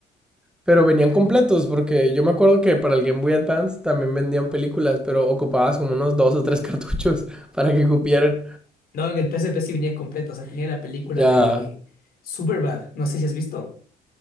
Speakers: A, in the centre; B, on the left (about 60°).
A: Pero venían completos porque yo me acuerdo que para el Game Boy Advance también vendían películas, pero ocupabas como unos dos o tres cartuchos <laughs> para que cupieran.
B: No, en el P S P sí venía completo, o sea, tenía la película
A: Ya.
B: de Superbad, no sé si has visto.